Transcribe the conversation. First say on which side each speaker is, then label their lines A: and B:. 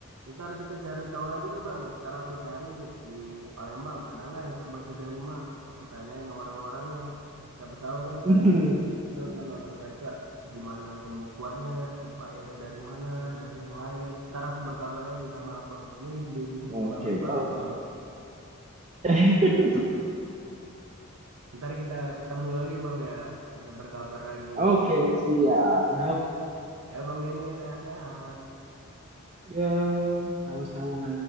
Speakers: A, on the right; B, on the right.
A: Ntar kita cari tahu lagi deh bang. Ntar aku cari nih di Palembang. Ada nggak yang serba 35? Aku tanyain orang-orangnya. Siapa tahu
B: <laughs>
A: kan ntar
B: mm
A: di breakdown kan oleh mereka gimana pembukuannya, supplier dari mana, dan yang lain. Ntar aku berkabar lagi sama abang. Ini di bisnis
B: oke
A: yang bagus banget
B: oke
A: bang.
B: <laughs>
A: Ntar kita ketemu lagi bang ya. Kita berkabar lagi.
B: oke siap
A: Ya bang Denny, sehat-sehat.
B: ya sama-sama